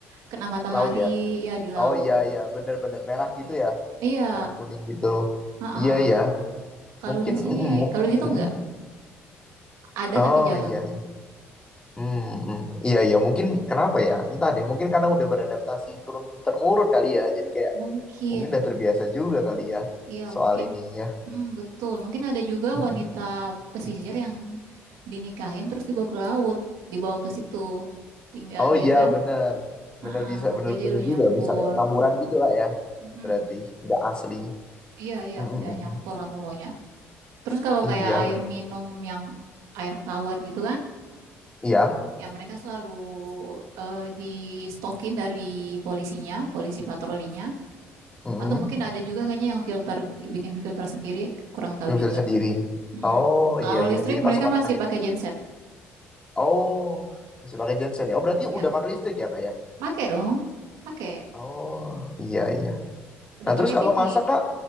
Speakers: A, on the right; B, on the left.
A: kena matahari
B: laut ya.
A: ya di laut
B: Oh iya iya, benar-benar merah gitu ya.
A: iya
B: Merah kuning gitu.
A: ha-ha.
B: Iya iya.
A: kalau
B: Mungkin
A: di sini
B: mm, mu-
A: kalau di situ
B: mm.
A: nggak ada
B: Oh
A: tapi jarang
B: iya. hmm Mm, mm. Iya iya, mungkin kenapa ya? Entah deh, mungkin karena udah beradaptasi turun temurun kali ya. Jadi kayak
A: mungkin
B: mungkin udah terbiasa juga kali ya
A: iya
B: soal
A: mungkin
B: ininya.
A: Mm, betul mungkin ada juga
B: Mm,
A: wanita
B: mm.
A: pesisir yang dinikahin terus dibawa ke laut dibawa ke situ tinggal
B: Oh
A: ya
B: iya
A: kan
B: bener,
A: Ah,
B: bener bisa,
A: ah,
B: bener-bener
A: jadi lu nyampur
B: juga bisa kayak campuran gitu lah ya.
A: Mm.
B: Berarti nggak asli.
A: Iya, iya,
B: Mm-mm.
A: udah nyampur lah pokoknya. Terus kalau
B: Iya,
A: kayak air minum yang air tawar gitu kan,
B: iya.
A: ya mereka selalu eh, di stokin dari polisinya, polisi patrolinya.
B: Mm-mm.
A: Atau mungkin ada juga kayaknya yang filter, bikin filter sendiri, kurang tahu
B: Yang
A: juga.
B: bisa sendiri.
A: Mm-mm.
B: Oh
A: Kalau
B: iya iya.
A: listrik
B: Jadi
A: mereka
B: pasukan
A: masih
B: saya.
A: pakai genset.
B: Oh masih pakai genset ya. Oh berarti
A: Iya,
B: udah pakai listrik ya kak ya.
A: pakai dong, pakai.
B: Oh iya iya. Nah
A: Udah
B: terus
A: pakai
B: kalau
A: TV.
B: masak kak,